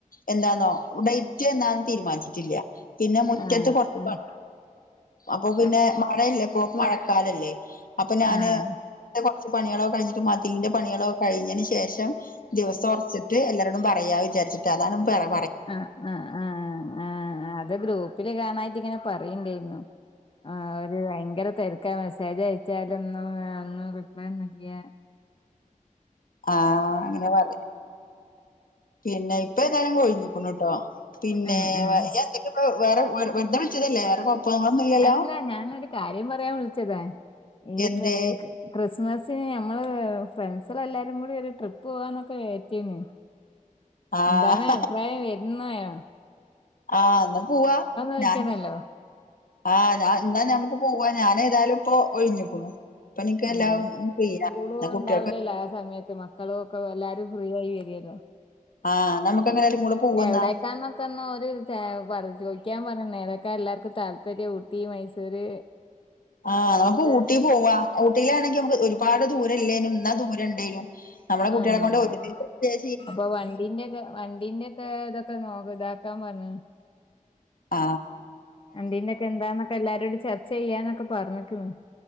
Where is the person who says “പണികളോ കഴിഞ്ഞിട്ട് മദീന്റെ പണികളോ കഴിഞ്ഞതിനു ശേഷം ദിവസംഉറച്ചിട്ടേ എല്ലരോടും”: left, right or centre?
Left